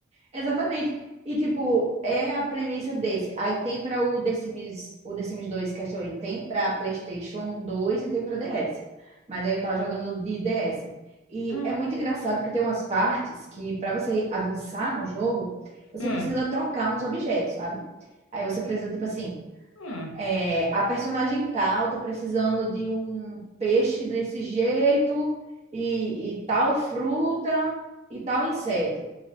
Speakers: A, on the right; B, on the left.
A: Exatamente. E, tipo, é a premissa desse. Aí tem para o The Sims, o The Sims 2 Castaway, tem para PlayStation 2 e tem para DS. Mas aí eu tava jogando de DS. E
B: Hum,
A: é muito engraçado porque tem umas partes que, para você avançar no jogo, você
B: hum,
A: precisa trocar uns objetos, sabe? Aí você precisa, tipo assim,
B: hum,
A: é, a personagem tal tá precisando de um peixe desse jeito, e, e tal fruta, e tal inseto.